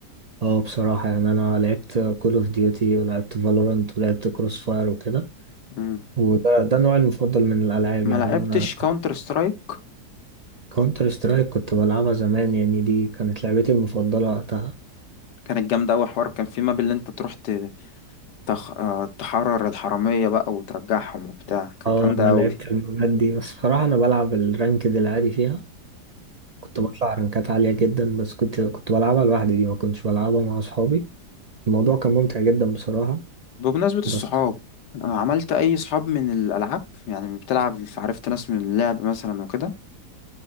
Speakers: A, on the right (about 80°); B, on the left (about 80°).
A: اه بصراحة يعني انا لعبت كول اوف ديوتي ولعبت فالورانت ولعبت كروس فاير وكده
B: مم.
A: وده ده نوعي المفضل من الالعاب
B: ما
A: يعني
B: لعبتش
A: انا
B: كاونتر سترايك
A: كونتر سترايك كنت بلعبها زمان يعني دي كانت لعبتي المفضلة وقتها
B: كانت جامدة أوي حوار كان في ماب اللي أنت تروح ت- تخ... آه، تحرر الحرامية بقى وترجعهم وبتاع كانت
A: اه
B: جامدة
A: انا لعبت
B: أوي
A: المبات دي بس بصراحة انا بلعب الرانكد العادي فيها كنت بطلع رانكات عالية جدا بس كنت كنت بلعبها لوحدي دي ما كنتش بلعبها مع اصحابي الموضوع كان ممتع جدا بصراحة
B: بمناسبة الصحاب
A: بس
B: آه، عملت أي صحاب من الألعاب يعني بتلعب عرفت ناس من اللعب مثلا وكده